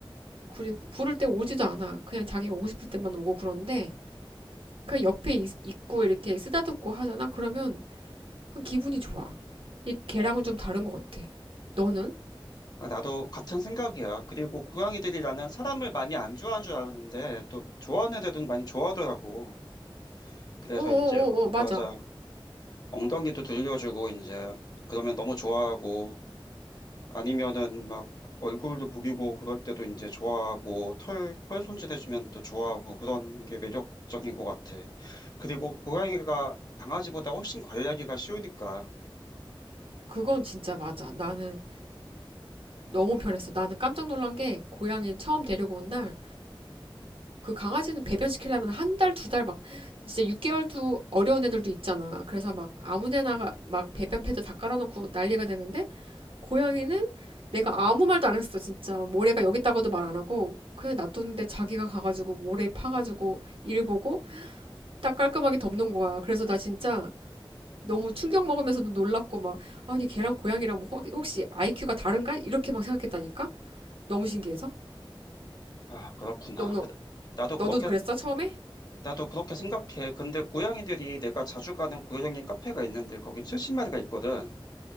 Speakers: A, on the right; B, on the left.
A: 그리고 부를 때 오지도 않아. 그냥 자기가 오고 싶을 때만 오고 그런데 그냥 옆에 있, 있고 이렇게 쓰다듬고 하잖아. 그러면 그냥 기분이 좋아. 이 걔랑은 좀 다른 것 같아. 너는?
B: 아, 나도 같은 생각이야. 그리고 고양이들이 나는 사람을 많이 안 좋아하는 줄 알았는데, 또 좋아하는 애들은 많이 좋아하더라고. 그래서
A: 오오오오
B: 이제, 어,
A: 맞아.
B: 맞아. 엉덩이도 들려주고, 이제, 그러면 너무 좋아하고, 아니면은 막 얼굴도 부비고 그럴 때도 이제 좋아하고 털, 털 손질해주면 또 좋아하고 그런 게 매력적인 것 같아. 그리고 고양이가 강아지보다 훨씬 관리하기가 쉬우니까.
A: 그건 진짜 맞아. 나는 너무 편했어. 나는 깜짝 놀란 게 고양이 처음 데리고 온 날 그 강아지는 배변시키려면 한 달, 두 달 막 진짜 6개월도 어려운 애들도 있잖아. 그래서 막 아무 데나 가- 막 배변 패드 다 깔아놓고 난리가 되는데 고양이는 내가 아무 말도 안 했어. 진짜 모래가 여기 있다고도 말 안 하고 그냥 놔뒀는데 자기가 가가지고 모래 파가지고 일 보고 딱 깔끔하게 덮는 거야. 그래서 나 진짜 너무 충격 먹으면서도 놀랐고 막 아니 걔랑 고양이랑 뭐 혹- 시시 IQ가 다른가? 이렇게 막 생각했다니까? 너무 신기해서.
B: 아, 그렇구나.
A: 너는
B: 그- 나도
A: 너도
B: 그렇게,
A: 그랬어 처음에?
B: 나도 그렇게 생각해. 근데 고양이들이 내가 자주 가는 고양이 카페가 있는데 거기 70마리가 있거든.